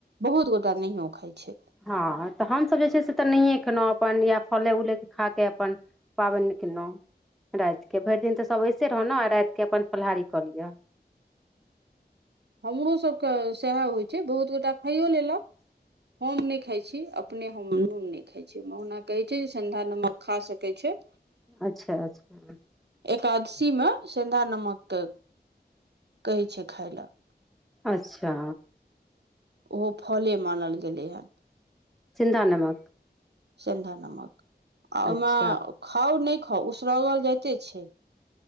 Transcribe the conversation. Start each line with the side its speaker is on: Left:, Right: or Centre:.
Right: बहुत गोटा नहियो खाइ छै
Centre: हँ तऽ हमसभ जे छै से तऽ नहिए देखलहुँ अपन यैह फले उले के खा के अपन पाबनि केलहुँ रातिकेँ भरि दिन तऽ सभ ऐसे रहलौ आ रातिकेँ अपन फलाहारी कऽ लिय
Right: हमरो सभके सएह होइ छै बहुत गोटा खाइयो लेलक हम नहि खाइ छी अपने हम नून नहि खाइत छी ओना कहैत छै जे सिंधा नमक खा सकैत छै
Centre: अच्छा अच्छा
Right: एकादशी मे सेन्धा नमक के कहय छै खाय लेल
Centre: अच्छा
Right: ओहो फले मानल गेलै हन
Centre: सिंधा नमक
Right: सिंधा नमक आ ओमे
Centre: अच्छा
Right: खाउ नहि खाउ उसरगल जाइते छै